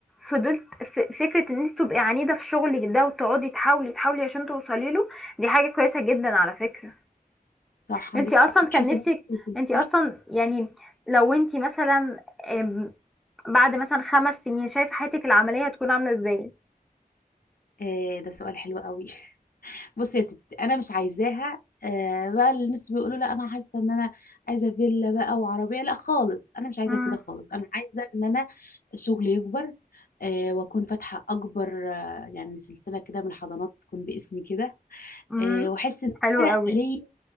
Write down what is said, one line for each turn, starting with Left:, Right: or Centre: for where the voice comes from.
Centre: فضلت ف- فكرة ان انت تبقي عنيدة في شغلك ده وتقعدي تحاولي تحاولي عشان توصلي له دي حاجة كويسة جدا على فكرة
Left: صح
Centre: انت
Left: عندك
Centre: اصلا
Left: حق وتحسي
Centre: كان نفسك
Left: ان انت قلت
Centre: انت اصلا
Left: له
Centre: يعني لو انت مثلا آمم، بعد مثلا خمس سنين شايفة حياتك العملية هتكون عاملة ازاي
Left: آه ده سؤال حلو قوي بصي يا ستي انا مش عايزاها آه بقى الناس بيقولوا لا انا حاسه ان انا عايزه فيلا بقى وعربيه لا خالص انا مش عايزه
Centre: مم.
Left: كده خالص انا عايزه ان انا شغلي يكبر آه واكون فاتحه اكبر آه يعني سلسله كده من الحضانات تكون باسمي كده
Centre: امم
Left: آه واحس ان
Centre: حلو
Left: انا
Centre: قوي
Left: ليا